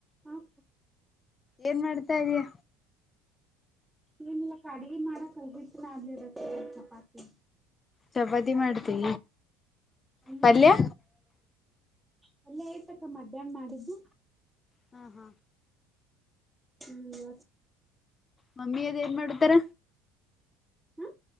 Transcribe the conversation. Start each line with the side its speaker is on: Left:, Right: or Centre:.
Centre: ಹಾಂ
Left: ಏನ್ ಮಾಡ್ತಾ ಇದಯ.
Centre: ಏನಿಲ್ಲ ಅಕ್ಕ ಅಡಿಗಿ ಮಾಡಕ ಹಿಟ್ಟ ನದ್ಲಿತಾ ಇರ ಚಪಾತಿ.
Left: ಚಪತಿ ಮಾಡ್ತೀ
Centre: ಹ್ಮ್
Left: ಪಲ್ಯ.
Centre: ಪಲ್ಯ ಐತಿ ಅಕ್ಕ ಮಧ್ಯಾಹ್ನ ಮಾಡಿದ್ದು.
Left: ಹ್ಮ ಹಾ.
Centre: ಹ್ಮ್ ಬಸ್.
Left: ಮಮ್ಮಿ ಅದು ಏನ್ ಮಾಡತಾರ.
Centre: ಹ್ಮ.